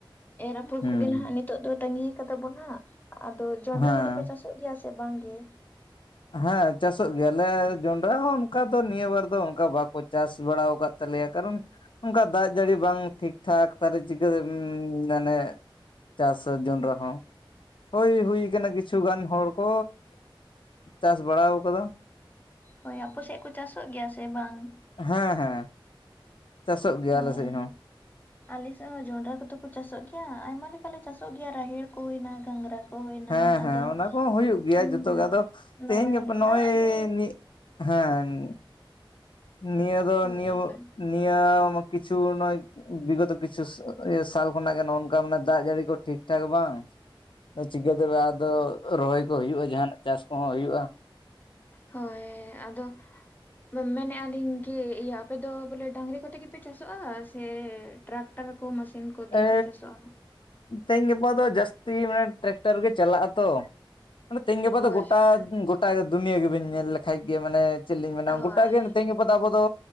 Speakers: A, on the left (about 20°); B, on the left (about 65°).
A: ᱮᱨ ᱟᱯᱷᱚᱨ
B: ᱦᱩᱸ
A: ᱠᱚᱜᱮ ᱱᱟᱦᱟᱜ ᱱᱤᱛᱚᱜ ᱫᱚ ᱛᱟᱺᱜᱤ ᱟᱠᱟᱫᱟ ᱵᱚᱱ ᱦᱟᱜ ᱟᱫᱚ ᱡᱚᱱᱰᱨᱟ
B: ᱦᱮᱸ
A: ᱠᱚᱫᱚᱯᱮ ᱪᱟᱥ ᱚᱜ ᱜᱮᱭᱟ ᱥᱮ ᱵᱟᱝ ᱜᱮ᱾
B: ᱦᱮᱸ ᱪᱟᱥᱚᱜ ᱜᱮᱭᱟᱞᱮ ᱡᱚᱱᱰᱨᱟ ᱦᱚᱸ ᱚᱱᱠᱟ ᱫᱚ ᱱᱤᱭᱟᱹ ᱵᱟᱨ ᱫᱚ ᱚᱱᱠᱟ ᱵᱟᱠᱚ ᱪᱟᱥ ᱵᱟᱲᱟ ᱟᱠᱟᱫ᱾ ᱛᱟᱞᱮᱭᱟ ᱠᱟᱨᱚᱱ ᱚᱱᱠᱟ ᱫᱟᱜ ᱡᱟᱹᱲᱤ ᱵᱟᱝ ᱴᱷᱤᱠ ᱴᱷᱟᱠ ᱛᱟᱦᱚᱞᱮ ᱪᱤᱠᱟᱹ ᱢᱟᱱᱮ ᱪᱟᱥ ᱟ ᱡᱚᱱᱰᱨᱟ ᱦᱚᱸ ᱦᱳᱭ ᱦᱩᱭ ᱟᱠᱟᱱᱟ ᱠᱤᱪᱷᱩᱜᱟᱱ ᱦᱚᱲ ᱠᱚ ᱪᱟᱥ ᱵᱟᱲᱟᱟᱣ ᱠᱟᱫᱟ
A: ᱦᱳᱭ ᱟᱯᱮ ᱥᱮᱫ ᱠᱚ ᱪᱟᱥᱚᱜ ᱜᱮᱭᱟ ᱥᱮ ᱵᱟᱝ?
B: ᱦᱮᱸ ᱦᱮᱸ᱾ ᱪᱟᱥᱚᱜ ᱜᱮᱭᱟ
A: ᱦᱳᱭ
B: ᱟᱞᱮ ᱥᱮᱫ ᱦᱚᱸ
A: ᱟᱞᱮ ᱥᱮᱫ ᱦᱚᱸ ᱡᱚᱱᱰᱨᱟ ᱠᱚᱫᱚ ᱪᱟᱥᱚᱜ ᱜᱮᱭᱟ ᱟᱭᱢᱟ ᱞᱮᱠᱟ ᱞᱮ ᱪᱟᱥᱚᱜ ᱜᱮᱭᱟ ᱨᱟᱦᱮᱲ ᱠᱚ ᱦᱩᱭᱮᱱᱟ ᱜᱷᱟᱝᱽᱨᱟ ᱠᱚ ᱦᱩᱭᱱᱟ
B: ᱦᱮᱸ
A: ᱟᱫᱚ
B: ᱦᱮᱸ ᱚᱱᱟ ᱠᱚᱦᱚᱸ ᱦᱩᱭᱩᱜ ᱜᱮᱭᱟ
A: ᱦᱩᱸ
B: ᱡᱚᱛᱚ ᱜᱮ ᱟᱫᱚ
A: ᱱᱚᱜᱼᱚᱭ
B: ᱛᱮᱦᱮᱧ ᱜᱟᱯᱟ ᱱᱚᱜᱼᱚᱭ
A: ᱫᱟᱜ ᱜᱮ
B: ᱦᱮᱸ᱾ ᱱᱤᱭᱟᱹ ᱫᱚ
A: ᱦᱳᱭ
B: ᱱᱤᱭᱟᱹ,
A: ᱦᱳᱭ
B: ᱱᱤᱭᱟᱹ ᱠᱤᱪᱷᱩ ᱱᱚ ᱵᱤᱜᱚᱛᱚ ᱠᱤᱪᱷᱩ ᱥᱟᱞ ᱠᱷᱚᱱᱟᱜ ᱜᱮ ᱱᱚᱜ ᱱᱚᱝᱠᱟ ᱢᱮᱱᱟ ᱫᱟᱜ ᱡᱟᱹᱲᱤ ᱠᱚ ᱴᱷᱤᱠ ᱴᱷᱟᱠ ᱵᱟᱝ᱾ ᱟ ᱪᱤᱠᱟᱹᱛᱮ ᱟᱫᱚ ᱨᱚᱦᱚᱭ ᱠᱚ ᱦᱩᱭᱩᱜᱼᱟ ᱡᱟᱦᱟᱱᱟᱜ ᱪᱟᱥ ᱠᱚᱦᱚᱸ ᱦᱩᱭᱩᱜᱼᱟ᱾
A: ᱦᱳᱭ ᱟᱫᱚ ᱢᱮᱱᱮᱫᱼᱟ ᱟᱞᱤᱧ ᱠᱤ ᱤᱭᱟᱹ ᱟᱯᱮ ᱫᱚ ᱵᱚᱞᱮ ᱰᱟᱹᱟᱝᱨᱤ ᱠᱚᱛᱮ ᱜᱮᱯᱮ ᱪᱟᱥᱚᱜᱼᱟ ᱥᱮ ᱴᱨᱟᱠᱴᱟᱨ ᱠᱚ ᱢᱟ. ᱥᱤᱱ ᱠᱚ ᱫᱤᱭᱮ
B: ᱮᱻ
A: ᱯᱮ ᱪᱟᱥᱚᱜᱼᱟ?
B: ᱛᱮᱦᱮᱧ ᱜᱟᱯᱟ ᱫᱚ ᱡᱟᱹᱥᱛᱤ ᱢᱟᱱᱮ ᱴᱨᱟᱠᱴᱟᱨ ᱜᱮ ᱪᱟᱞᱟᱜ ᱟᱛᱚ᱾ ᱢᱟᱱᱮ ᱛᱮᱦᱮᱧ ᱜᱟᱯᱟ
A: ᱦᱳᱭ
B: ᱫᱚ ᱜᱚᱴᱟ,
A: ᱦᱳᱭ
B: ᱜᱚᱴᱟ ᱫᱩᱱᱭᱟᱹ ᱜᱮᱵᱮᱱ ᱧᱮᱞ ᱞᱮᱠᱷᱟᱡ ᱜᱮ ᱢᱟᱱᱮ ᱪᱮᱫ ᱞᱤᱧ ᱢᱮᱱᱟ
A: ᱦᱳᱭ
B: ᱜᱚᱴᱟᱜ ᱜᱮ ᱛᱮᱦᱮᱧ ᱜᱟᱯᱟ ᱫᱚ ᱟᱵᱚ ᱫᱚ